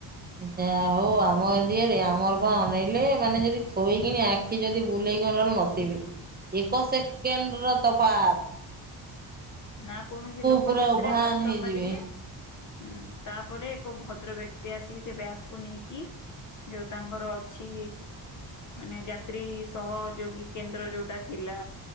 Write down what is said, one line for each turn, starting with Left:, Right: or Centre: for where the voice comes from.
Right: ଯାହା ହଉ ଆମର ଏରିଆରେ ଆମର ବା ଅନେଇଲେ ମାନେ ଯଦି ଥୋଇକିଣି ଆଖି ଯଦି ବୁଲେଇକିି ଆଣିଲାବେଳକୁ ନଥିବେ ଏକ ସେକେଣ୍ଡର ତଫାତ୍।
Left: ନା କୌଣସି ଲୋକ
Right: ପୁରା
Left: ସେଥିରେ
Right: ଉଭାନ
Left: ହାତ
Right: ହେଇଯିବେ।
Left: ମାରିଲେ। ହଁ ତାପରେ ଏକ ଭଦ୍ର ବ୍ୟକ୍ତି ଆସିିକି ସେ ବ୍ୟାଗକୁୁ ନେଇକି। ଯୋଉ ତାଙ୍କର ଅଛି ମାନେ ଯାତ୍ରୀ ସହଯୋଗୀ କେନ୍ଦ୍ର ଯୋଉଟା ଥିଲା